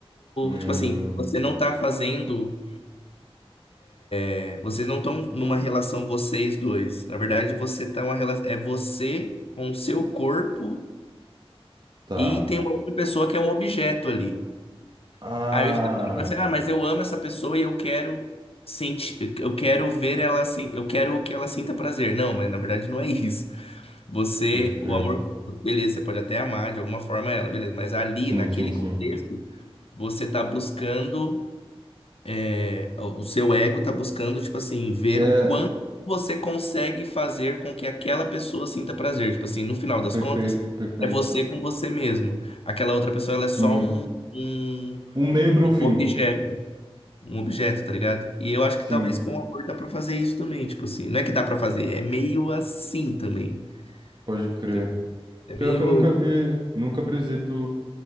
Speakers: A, on the right; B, on the left.
A: Hum,
B: Tipo assim, você não tá fazendo. É, Vocês não estão numa relação vocês dois. Na verdade, você tá uma relação. É você com o seu corpo
A: tá.
B: e tem uma outra pessoa que é um objeto ali.
A: Ah,
B: Aí você fala pra você, ah, mas eu amo essa pessoa e eu quero sentir, eu quero ver ela assim, eu quero que ela sinta prazer. Não, mas na verdade não é isso. Você,
A: pode crer.
B: o amor, beleza, você pode até amar de alguma forma ela, beleza, mas ali,
A: Sim,
B: naquele
A: sim, sim.
B: contexto, você tá buscando. É, O seu ego tá buscando, tipo assim, ver
A: É,
B: o quanto você consegue fazer com que aquela pessoa sinta prazer. Tipo assim, no final das
A: perfeito,
B: contas,
A: perfeito.
B: é você com você mesmo. Aquela outra pessoa, ela é só
A: Sim.
B: um, um,
A: Um meio para
B: um
A: um fim.
B: objeto. Um objeto, tá ligado? E eu acho que
A: Sim,
B: talvez com o amor dá pra fazer isso também. Tipo assim, não é que dá pra fazer, é meio assim também,
A: pode crer.
B: tá ligado? É meio.
A: Pior que eu nunca vi, nunca brisei por.